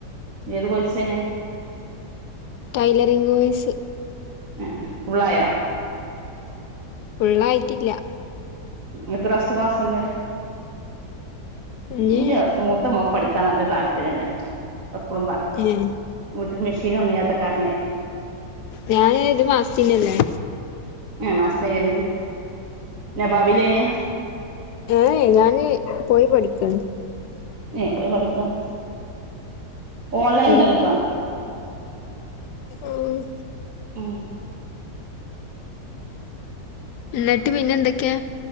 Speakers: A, on the right; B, on the left.
A: ഏത് കോഴ്സ് ആണ്.
B: Tailoring course.
A: ആഹ് ഫുള്ളായോ?
B: ഫുള്ളായിട്ടില്ല.
A: എത്ര മാസത്തെ ക്ലാസ്സ് ഉണ്ട്.
B: ഇനി
A: ഇന്റെ മൂ ത മോൾക്ക് പഠിക്കാൻ നല്ല താല്പര്യംഉണ്ടയിന് എപ്പോഴും പറയും.
B: ഏഹ്
A: വീട്ടൽ മെഷീൻ ഒന്നുംഇല്ലാത്ത കാരണെ
B: ഞാൻ ന് ഒരു മാസത്തിന് അല്ലേ.
A: ഒരു മാസത്തിന് ക്കെറിന് നവാബില് എയിന്.
B: ഏഹ ഞാന് പോയി പഠിക്കാണ്.
A: ഏ പോയി പഠിക്ക ഓൺലൈൻ
B: ഉം
A: ഉണ്ടല്ലോ ഇപ്പം.
B: ഉം
A: ഉം
B: എന്നട്ട് പിന്നെ എന്തൊക്കെ.